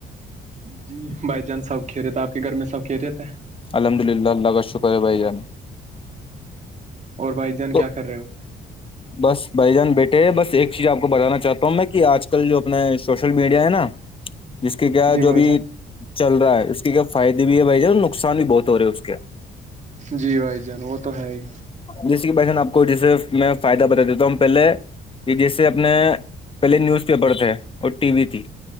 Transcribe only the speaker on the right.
جی بھائی جان سب کہ رہے تھ آپ کے گھر میں سب کہ رہے تھ ہیں
اور بھائی جان
کیا کر رہے ہو
جی
بھائی
جان
جی بھائی جان وہ تو ہے ہی